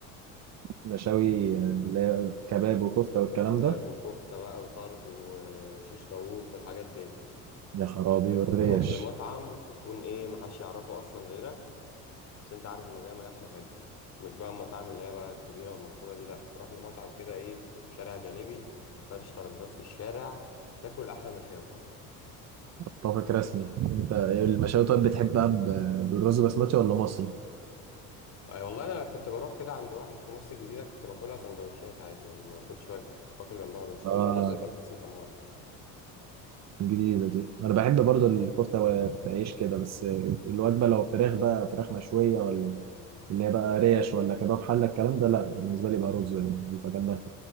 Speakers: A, on the right (about 45°); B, on the left (about 45°).
A: مشاوي اللي هي كباب وكفتة والكلام
B: كباب
A: ده
B: وكفتة بقى وطرب وشيش طاووق والحاجات دي
A: يا خرابي والريش
B: تروح لمطعم يكون ايه محدش يعرفه اصلا غيرك بس انت عارف انه بيعمل اكل حلو مش بقى المطاعم اللي هي بقى الكبيرة والمشهورة دي لا روح لمطعم كده ايه شارع جانبي فرش ترابيزات في الشارع تاكل احلى مشاوي
A: اتفق رسمي انت المشاوي طيب بتحبها ب- بالرز بسمتي ولا مصري؟
B: أي والله انا كنت بروح كده عند واحد في مصر الجديده كنت باكلها سندوتشات عادي يعني ما كنتش باك- باكل جنبها رز
A: اه
B: كان بينزل بطاطس محمره
A: جديدة دي انا بحب برضو الكفتة بعيش كده بس الوجبة لو فراخ بقى فراخ مشوية ولا اللي هي بقى ريش ولا كباب حلة الكلام ده لا بالنسبة لي بقى رز يعني بيبقى جنبها